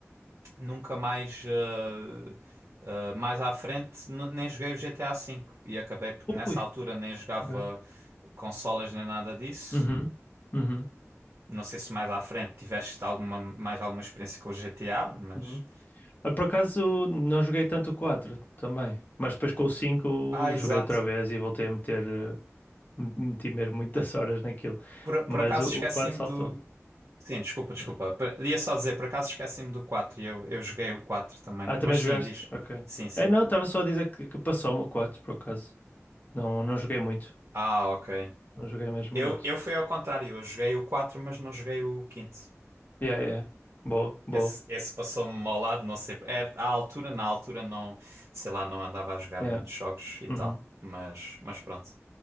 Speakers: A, on the right (about 50°); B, on the left (about 35°).
A: nunca mais, eh, eh, mais à frente, n- nem joguei o GTA V e acabei por- nessa
B: Ui,
A: altura nem jogava
B: ok.
A: consolas nem nada disso.
B: Uhum, uhum,
A: Não sei se mais à frente tiveste alguma, mais alguma experiência com o GTA, mas.
B: uhum. Ah, Por acaso não joguei tanto o 4 também, mas depois com o cinco
A: Ah, exato.
B: joguei outra vez e voltei a meter, eh, meti mesmo muitas <laughs> horas naquilo.
A: Por,
B: Mas
A: por acaso
B: o, o
A: esqueci-me
B: 4 saltou.
A: do. Sim, desculpa, desculpa.
B: né?
A: Por- Ia só dizer, por acaso esqueci-me do 4 e eu, eu joguei o 4 também.
B: Ah,
A: Mas
B: também jogaste?
A: sim, diz.
B: Ok.
A: Sim, sim.
B: É, não, estava só a dizer que, que passou-me o 4 por acaso. Não, não joguei muito.
A: Ah, ok.
B: Não joguei mesmo
A: Eu,
B: muito.
A: eu fui ao contrário, eu joguei o 4 mas não joguei o quinto.
B: Yeah, yeah. Boa, boa.
A: Esse, esse passou-me ao lado, não sei. Era, à altura, na altura, não, sei lá, não andava a jogar
B: Yeah.
A: muitos jogos e
B: Uhum.
A: tal. Mas, mas pronto.